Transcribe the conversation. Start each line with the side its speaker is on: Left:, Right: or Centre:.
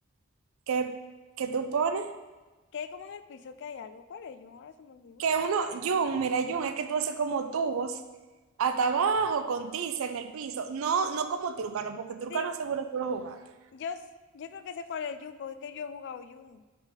Right: ¿Qué, qué tú pones?
Left: Que hay como en el piso que hay algo. ¿Cuál es Yun? Ahora se me olvidó.
Right: Que uno, Yum, mira, Yum, es que tú haces como tubos hasta abajo con tiza en el piso. No, no como trucano, porque
Left: Sí,
Right: trucano seguro tú lo jugaste.
Left: yo, s- yo creo que sé cuál es el Yun porque es que yo he jugado Yun.